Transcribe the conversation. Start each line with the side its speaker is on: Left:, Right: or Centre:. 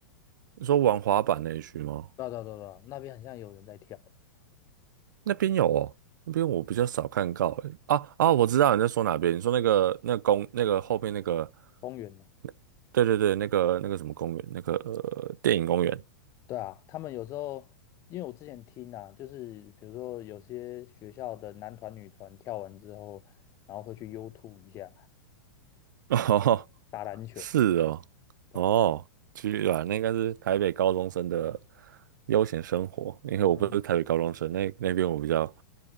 Right: 你说玩滑板那一区吗？
Left: 对啊对啊对啊，对啊那边好像有人在跳、欸，
Right: 那边有哦，那边我比较少看到诶。啊啊，我知道你在说哪边，你说那个那个公那个后边那个，
Left: 公园呢、
Right: 那对对对，那个那个什么公园，那个呃电影公园。
Left: 对啊，他们有时候，因为我之前听啊，就是比如说有些学校的男团女团跳完之后，然后会去 U 吐一下，
Right: <laughs> 哦，
Left: 打篮球，
Right: 是哦，
Left: 对吧、
Right: 哦，居然那应该是台北高中生的悠闲生活，因为我不是台北高中生，
Left: 嗯，
Right: 那那边我比较